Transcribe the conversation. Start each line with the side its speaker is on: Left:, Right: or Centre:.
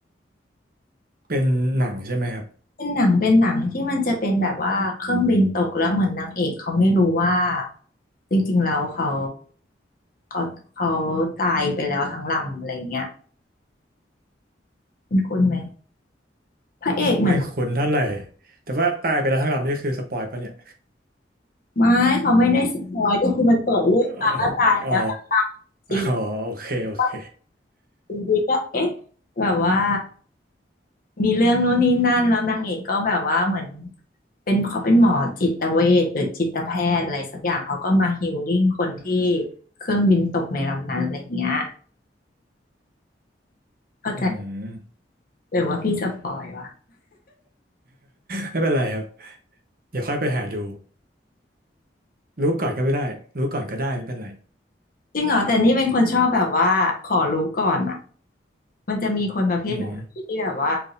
Right: เป็นหนังใช่ไหมครับ
Left: เป็นหนังเป็นหนังที่มันจะเป็นแบบว่าเครื่องบินตกแล้วเหมือนนางเอกเขาไม่รู้ว่าจริงๆแล้วเขาเขาเขาตายไปแล้วทั้งลำอะไรอย่างเงี้ยคุณคุณไหมพระเอกเหมือน
Right: ไม่คุ้นเท่าไหร่แต่ว่าตายไปแล้วทั้งลำนี่คือสปอยปะเนี่ย
Left: ไม่เขาไม่ได้สปอยก็คือมันเปิดเรื่องมาก็ตายแล้วทั้งลำจริง
Right: เอออ๋ออ๋อโอเคโอเค
Left: ว่าดๆก็เอ๊ะแบบว่า มีเรื่องนู้นนี้นั่นแล้วนางเอกก็แบบว่าเหมือนเป็นเขาเป็นหมอจิตเวชหรือจิตแพทย์อะไรสักอย่างเขาก็มาฮีลลิ่งคนที่เครื่องบินตกในลำนั้นอะไรอย่างเงี้ยเข้าใจ
Right: อืม <laughs>
Left: หรือว่าพี่สปอยวะ
Right: ไม่เป็นไรครับเดี๋ยวค่อยไปหาดูรู้ก่อนก็ไม่ได้รู้ก่อนก็ได้ไม่เป็นไร
Left: จริงเหรอแต่นี่เป็นคนชอบแบบว่าขอรู้ก่อนอ่ะมันจะมีคนประเภทแบบพี่ที่แบบว่า
Right: อืม